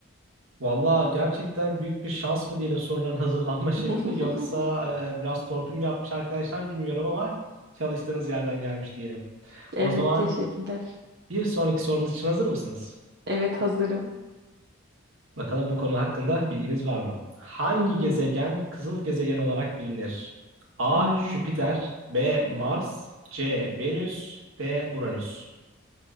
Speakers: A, on the right; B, on the right.
A: Valla gerçekten büyük bir şans mı diyelim soruların <laughs> hazırlanma şekli
B: <laughs>
A: yoksa e, biraz torpil mi yapmış arkadaşlar bilmiyorum ama çalıştığınız yerden gelmiş diyelim. O
B: Evet,
A: zaman
B: teşekkürler.
A: bir sonraki sorumuz için hazır mısınız?
B: Evet, hazırım.
A: Bakalım bu konu hakkında bilginiz var mı? Hangi
B: Hı hı.
A: gezegen kızıl gezegen olarak bilinir? A.
B: Hmm.
A: Jüpiter B. Mars C. Venüs D. Uranüs